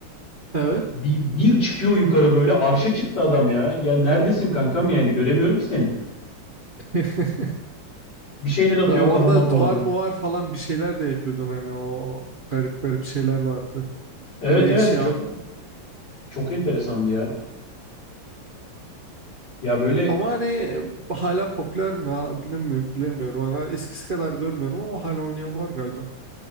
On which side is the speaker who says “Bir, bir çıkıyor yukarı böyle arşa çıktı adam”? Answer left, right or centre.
Left